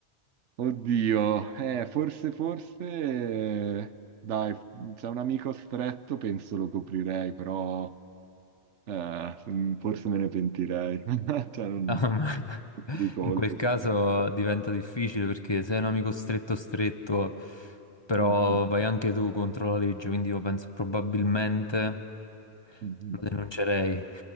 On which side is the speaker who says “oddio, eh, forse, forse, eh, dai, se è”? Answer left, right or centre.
Right